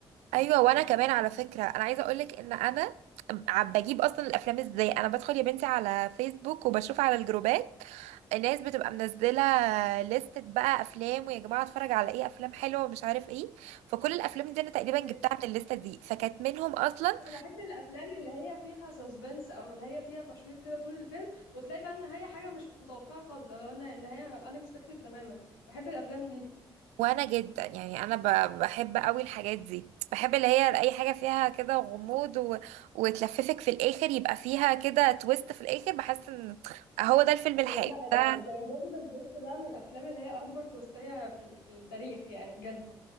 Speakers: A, on the right; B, on the left.
A: ايوه وانا كمان على فكره انا عايزه اقولك ان انا عم بجيب اصلا الافلام ازاي انا بدخل يا بنتي على فيسبوك وبشوف على الجروبات الناس بتبقى منزله لستة بقى افلام ويا جماعه اتفرج على ايه افلام حلوه ومش عارف ايه فكل الافلام دي انا تقريبا
B: إيه.
A: جبتها من الليسته دي فكانت منهم اصلا
B: انا بحب الافلام اللي هي فيها سسبنس او اللي هي فيها تشويق كده طول الفيلم وتلاقي بقى النهايه حاجه مش متوقعه خالص او ان النهايه unexpected تماما بحب الافلام دي
A: وانا جدا يعني انا ب- بحب قوي الحاجات دي بحب اللي هي اي حاجه فيها كده غموض و... وتلففك في الاخر يبقى فيها كده تويست في الاخر بحس ان هو ده الفيلم
B: ايوه
A: الحلو
B: لا
A: ده
B: ده ده انفيزبل جيست ده من الافلام اللي هي اكبر توستايه في ال- في التاريخ يعني بجد